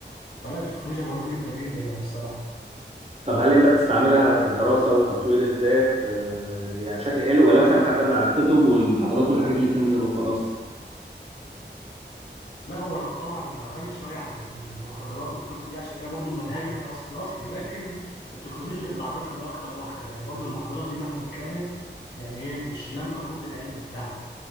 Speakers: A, on the left; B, on the right.
A: فلا التكنولوجيا مهمه جدا جدا يعني الصراحه
B: طب هل انت بتستعملها في الدراسه وتطوير الذات آه، يعني بشكل حلو ولا مثلا بتعتمد على الكتب والمحاضرات والحاجات اللي بتنزل وخلاص
A: لا هو انا طبعا بعتمد شويه عن المحاضرات والكتب دي عشان هي برضو منهجنا الأصل الاصلي لكن التكنولوجيا بتعرفني اكتر واكتر يعني برضو المحاضرات دي مهما كانت يعني ايه مش لما كل العلم بتاعنا